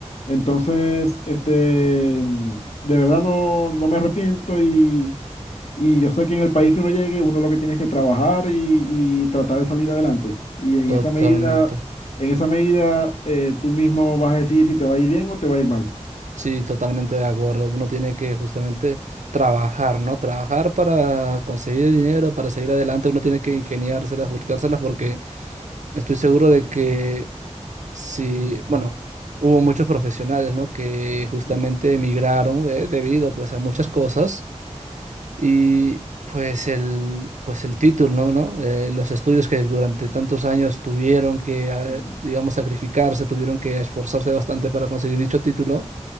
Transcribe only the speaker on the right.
Totalmente.
Sí, totalmente de acuerdo. Uno tiene que justamente trabajar, ¿no? Trabajar para conseguir dinero, para seguir adelante. Uno tiene que ingeniárselas, buscárselas, porque estoy seguro de que si, bueno, hubo muchos profesionales, ¿no? Que justamente
emigraron, ¿eh? Debido, pues, a muchas cosas Y pues el, pues el título, ¿no? ¿No? Eh, los estudios que durante tantos años tuvieron que, eh,
digamos, sacrificarse, tuvieron que esforzarse bastante para conseguir dicho título,